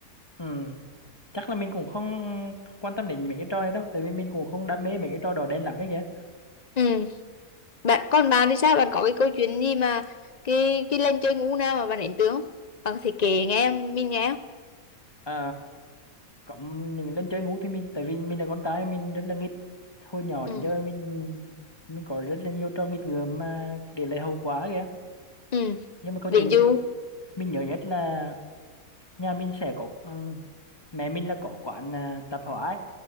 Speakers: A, on the left (about 15°); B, on the left (about 35°).
A: ừ, chắc là mình cũng không, không quan tâm đến mấy cái trò này đâu tại vì mình cũng không đam mê mấy cái trò đỏ đen lắm ấy kìa.
B: ừ. bạn còn bạn thì sao bạn có cái câu chuyện gì mà cái cái lần chơi ngủ nào mà bạn ấn tượng không bạn thì kể nghe em, mình nghe không
A: Ờ, cộng những lần chơi ngủ thì mình tại vì mình là con trai mình rất là nghịch hồi nhỏ
B: ừ.
A: đến giờ mình mình có rất là nhiều trò nghịch ngợm mà để lại hậu quả kìa
B: ừ.
A: nhưng mà câu
B: ví
A: chuyện mình
B: dụ
A: mình nhớ nhất là nhà mình sẽ có ừ, mẹ mình là có quán à, tạp hóa ấy.